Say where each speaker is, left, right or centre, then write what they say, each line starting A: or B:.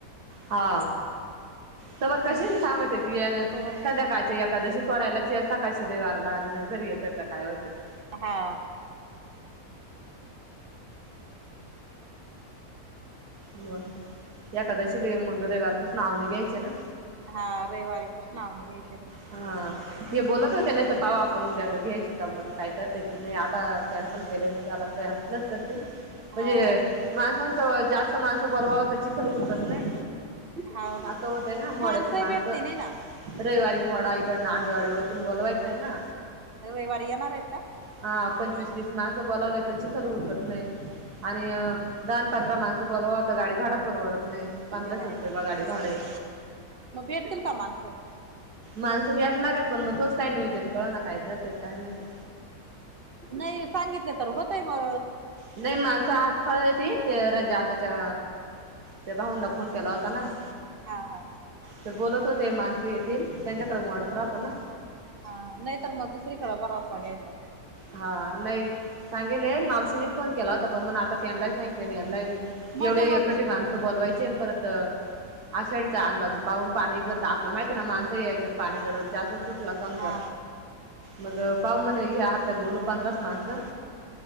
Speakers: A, on the right (about 85°); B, on the right (about 45°).
A: हा तवर कशाची
B: पण
A: थांबते ती ये
B: तवर नाही
A: संध्याकाळच्या
B: थांबते.
A: एकादशी सोडायला जे सकाळशी रविवारला न घरी येत्यात का काय होत्याती.
B: हा! <inaudible>
A: मं एकादशी ला येऊन मंग रविवारपसन आवनी घ्यायची ना?
B: हा, रविवारी <unintelligible> घ्यायचे ना?
A: हा! हे बोलत होते नई तर पाहू आपण उद्या घ्यायची का, बंद काय करतेत की नै आता कॅन्सल केले नी त्याला कॅन <unintelligible> करतील..
B: हा
A: म्हणजे, माणसांचं, जास्त माणसं बोलवावं तर चिखल उरकत नाय.
B: हा ना
A: आसं होतंय ना, मोड्याची
B: माणसंही
A: माणसं
B: भेटती नाही ना
A: रविवारी ओडा इकडनं, आंबेवाडीवरतून बोलवायचाय ना.
B: रविवारी येणार आहेत का?
A: आ पंचवीस तीस माणसं बोलावले तर चिखल उरकत नाय. आणि धा न पंदरा माणसं बोलवावं तर गाडी भाडं परवडत नाय. पंदराशे
B: हा
A: रुपये गाडी भाडंय.
B: मग भेटतील का माणसं?
A: माणसं भेटणारयत पण मग तोच काय नियोजन कळंना, काय करतेत काय माहिती.
B: नाई सांगितलं तर होतंय म
A: लई माणसं आटखळल्याती, ते रंजा आक्काच्या, ते भावांला फोन केला होता ना. ते
B: हा हां.
A: ते बोलत होते माणसं येतील. त्यांच्याकडे मोडत राहतो ना.
B: हा, नाय तर मग दुसरीकडं भरवसा घ्यायचा.
A: हा. नाही, सांगेले मावशीने फोन केला होता पण मग आता त्यांलाई सांगितलंय आन यांला बी.
B: मजा
A: एवढे
B: मग
A: एकखटी माणसं बोलवायचे आणि परत- आषाढीचा अंदाज पाहून पाणी परत आपलं माहितीय ना, माणसं यायचे आणि पाणी गरज जास्त सुटला समजा,
B: हा
A: मग पाहू म्हणे ह्या हप्त्यात बोल पंधराचं माणसं,